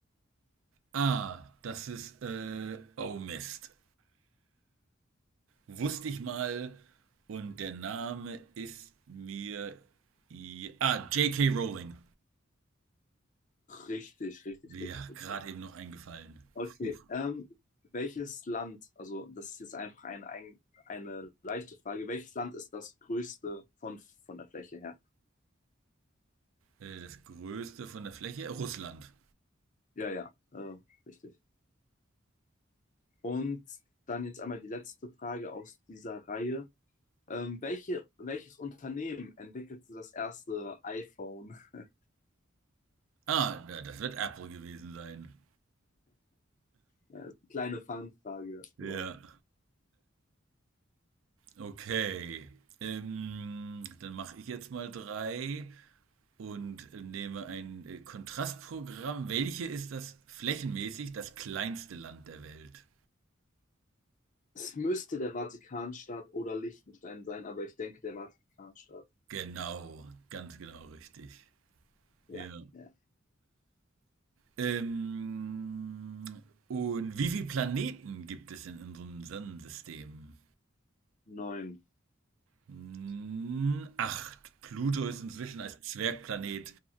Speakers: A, on the right (about 75°); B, on the left (about 40°).
A: Ah, das ist, äh, oh Mist. wusste ich mal und der Name ist mir. i- Ah, J.K. Rowling.
B: Richtig, richtig,
A: Ja,
B: richtig, richtig.
A: gerade eben noch eingefallen.
B: Okay.
A: Puh.
B: Ähm, welches Land, also das ist jetzt einfach ein, ein, eine leichte Frage, welches Land ist das größte von, von der Fläche her?
A: Äh, Das größte von der Fläche? Russland.
B: Ja, ja, äh, richtig. Und dann jetzt einmal die letzte Frage aus dieser Reihe. Ähm, welche, welches Unternehmen entwickelte das erste iPhone? <laughs>
A: Ah, ja, das wird Apple gewesen sein.
B: Ja, ist eine kleine Fangfrage, aber
A: Ja, okay. Ähm, dann mache ich jetzt mal drei und äh, nehme ein äh, Kontrastprogramm. Welche ist das flächenmäßig das kleinste Land der Welt?
B: es müsste der Vatikanstaat oder Liechtenstein sein, aber ich denke der Vatikanstaat.
A: Genau, ganz genau richtig.
B: Ja,
A: Ja.
B: ja.
A: Ähm, und wie viele Planeten gibt es in unserem Sonnensystem?
B: Neun.
A: Hm, Acht. Pluto ist inzwischen als Zwergplanet.